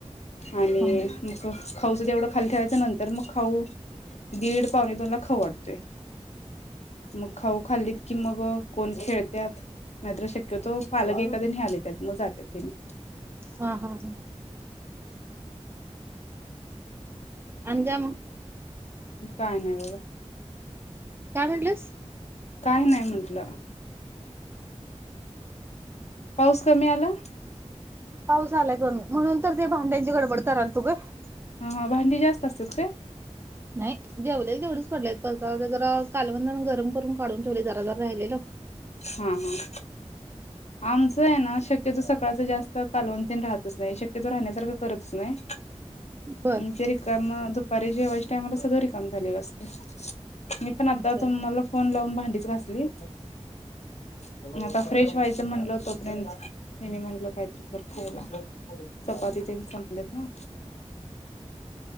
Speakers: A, on the left (about 70°); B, on the right (about 20°).
A: आणि
B: हा
A: मग खाऊच तेवढं खाली ठेवायच नंतर मग खाऊ दीड पावणे दोन ला खाऊ वाटतोय. मग खाऊ खाल्लीत कि मग कोण खेळत्यात नाहीतर शक्यतो पालक कधी न्यायाला येत्यात मग जातात त्यांनी
B: हा हा आणि काय मग
A: काय नाही बघा.
B: काय म्हटलंस
A: काय नाही म्हंटलं. पाऊस कमी आला.
B: पाऊस आलाय कमी म्हणून तर ते भांड्यांची गडबड करालतू ग -
A: ह ह भांडी जास्त असतात काय?
B: नाही जेवलेल तेवढच पडलेयत बस जरा कालवंदान गरम करून काढून ठेवले जरा जरा राहिलेलं.
A: हम्म हम् आमचं आहे ना शक्यतो सकाळचं जास्त कालवतीन राहतच नाही, शक्यतो राहण्यासारखं करतच नाही.
B: बर.
A: म्हणजे रिकाम दुपारी जेवायच्या टायमला सगळं रिकाम झालेलं असते. मी पण आता
B: असं
A: तुम्हाला
B: आहे
A: फोन लावून भांडीच घासली आता फ्रेश व्हायची. म्हणल. . तोपर्यंत ह्यांनी म्हणलं काहीतरं कर खायला. चपाती ते संपलेत ना...